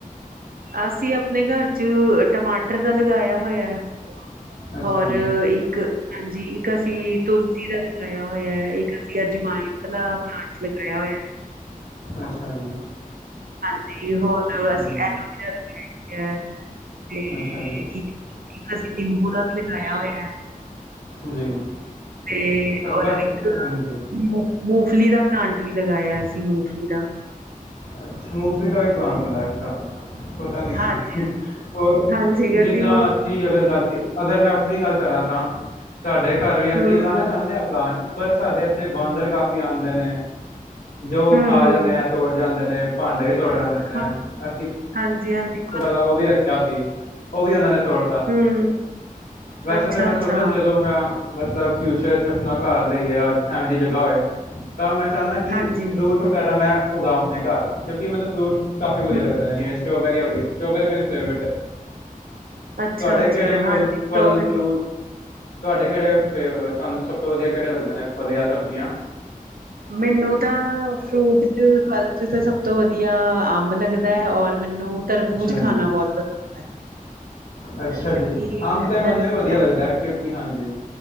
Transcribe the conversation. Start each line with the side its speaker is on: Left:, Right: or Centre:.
Right: ਅਸੀਂ ਆਪਣੇ ਘਰ ਚ ਟਮਾਟਰ ਦਾ ਲਗਾਇਆ ਹੋਇਆ ਹੈ।
Left: ਅੱਛਾ
Right: ਹੋਰ
Left: ਜੀ
Right: ਇੱਕ ਹਾਂਜੀ, ਇੱਕ ਅਸੀਂ ਤੁਲਸੀ ਦਾ ਲਗਾਇਆ ਹੋਇਆ ਇੱਕ ਅਸੀਂ ਅਜਵਾਇਨ ਵਾਲਾ ਪਲਾਂਟ ਲਗਾਇਆ ਹੋਇਆ।
Left: ਅੱਛਾ ਜੀ।
Right: ਤੇ ਹੋਰ
Left: ਹੂੰ
Right: ਅਸੀਂ ਐਲੋਵਰਾ ਲਗਾਈ ਐ ਤੇ
Left: ਅੱਛਾ ਜੀ
Right: ਕੀ ਇੱਕ ਅਸੀਂ ਨਿੰਬੂ ਦਾ ਵੀ ਲਗਾਇਆ ਹੋਇਆ ਹੈ।
Left: ਜੀ।
Right: ਤੇ
Left: ਕ-
Right: ਔਰ
Left: ਬਸ
Right: ਇੱਕ
Left: ਹਾਂਜੀ
Right: ਮੂੰਗਫਲੀ ਦਾ ਪਲਾਂਟ ਵੀ ਲਗਾਇਆ ਅ ਸੀ ਮੂੰਗਫਲੀ ਦਾ
Left: ਅੱਛ ਮੂਗਫ਼ਲੀ ਦਾ ਵੀ ਪਲਾਂਟ ਹੁੰਦਾ ਅੱਛਾ ਪਤਾ ਨਹੀਂ ਸੀ
Right: ਹਾਂਜੀ
Left: ਹੋਰ
Right: ਹਾਂਜੀ
Left: ਜਿੱਦਾਂ
Right: ਅਸੀਂ ਮੂੰ
Left: ਅ ਅਗਰ ਗੱਲ ਅਗਰ ਮੈਂ ਆਪਣੀ ਗੱਲ ਕਰਾਂ ਤਾਂ ਸਾਡੇ ਘਰ ਵੀ ਅਸੀਂ
Right: ਹੂੰ,
Left: ਲਗਾਉਣਾ ਚਾਹੁੰਦੇ ਹਾਂ ਪਲਾਂਟ ਪਰ ਸਾਡੇ ਇੱਥੇ ਬਾਂਦਰ ਕਾਫੀ ਆਉਂਦੇ ਨੇ ਜੋ
Right: ਹੂੰ,
Left: ਖਾ
Right: ਹੂੰ,
Left: ਜਾਂਦੇ ਆ ਤੋੜ ਜਾਂਦੇ ਨੇ ਭਾਂਡਾ ਵੀ ਤੋੜ ਜਾਂਦਾ ਹੈ
Right: ਹਾਂ,
Left: ਅਸੀਂ
Right: ਹਾਂਜੀ ਹਾਂਜੀ
Left: <unintelligible> ਪਤਾ ਉਹ ਵੀ ਰੱਖਿਆ ਸੀ ਉਹ ਵੀ ਉਹਨਾਂ ਨੇ ਤੋੜ ਸੀ
Right: ਹੂੰ,
Left: ਵੈਸੇ
Right: ਅੱਛਾ,
Left: ਤਾਂ ਮੈਂ
Right: ਅੱਛਾ,
Left: ਸੋਚਿਆ ਜਦੋਂ ਮੈਂ ਮਤਲਬ ਫਿਊਚਰ ਚ ਆਪਣਾ ਘਰ ਲਏ ਐਵੇ ਦੀ ਜਗ੍ਹਾ ਹੋਏ ਤਾਂ ਮੈਂ ਚਾਹੁੰਦਾ ਕਿ
Right: ਹਾਂਜੀ,
Left: ਫਰੂਟ ਵਗੈਰਾ ਮੈਂ ਉਗਾਉਂ ਆਪਣੇ ਘਰ ਕਉਂਕਿ ਮੈਨੂੰ ਫਰੂਟ ਕਾਫੀ ਵਧੀਆ
Right: ਹੂੰ,
Left: ਲੱਗਦਾ ਜਿਵੇਂ ਸਟੋਬੈਰੀ ਹੋ ਗਈ ਸਟ੍ਰਾਬੇਰੀ ਮੇਰੀ ਫੇਵਰਟ ਹੈ
Right: ਅੱਛਾ,
Left: ਤੁਹਾਡੇ
Right: ਅੱਛਾ,
Left: ਕਿਹੜੇ ਫਲ
Right: ਹਾਂਜੀ ਸਟ੍ਰਾਬੇਰੀ
Left: ਫਲ ਫਰੂਟ ਤੁਹਾਡੇ ਕਿਹੜੇ ਫੇਵ ਤੁਹਾਨੂੰ ਸਭ ਤੋਂ ਵਧੀਆ ਕਿਹੜੇ ਲੱਗਦੇ ਨੇ ਫਲ ਜਾਂ ਸਬਜ਼ੀਆਂ
Right: ਮੈਨੂੰ ਤਾਂ ਫਰੂਟ ਚ ਫਲ ਚ ਤਾਂ ਸਭ ਤੋਂ ਵਧੀਆ ਅੰਬ ਲੱਗਦਾ ਹੈ ਔਰ ਮੈਨੂੰ ਤਰਬੂਜ
Left: ਅੱਛਾ ਜੀ
Right: ਖਾਣਾ ਬਹੁਤ ਪਸੰਦ ਹੈ
Left: ਅੱਛਾ
Right: ਕਿਉਂਕਿ
Left: ਜੀ ਅੰਬ ਤੇ ਮੈਨੂੰ
Right: ਗਰਮੀ
Left: ਹੀ ਵਧੀਆ ਲੱਗਦਾ ਕਿਉਂਕਿ ਹਾਂਜੀ